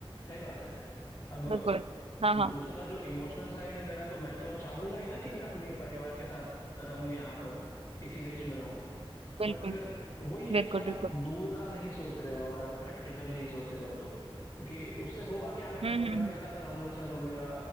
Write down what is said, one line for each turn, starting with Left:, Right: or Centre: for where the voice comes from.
Left: सही बात है अब
Right: बिल्कुल हाँ हाँ
Left: दूसरा जो इमोशनल साइड है मेरा तो मैं तो चाहूंगा ही ना कि मैं अपने परिवार के साथ रहूं यहाँ पर इसी देश में रहूं
Right: बिल्कुल
Left: बट फिर वही है
Right: बिल्कुल
Left: कि आप
Right: बिल्कुल
Left: दूर का नहीं सोच रहे हो अगर आप प्रैक्टिकल नहीं सोच रहे हो तो क्योंकि उससे होगा क्या मैं
Right: हम्म
Left: परिवार
Right: हम्म
Left: के साथ रहूंगा चलो मेरा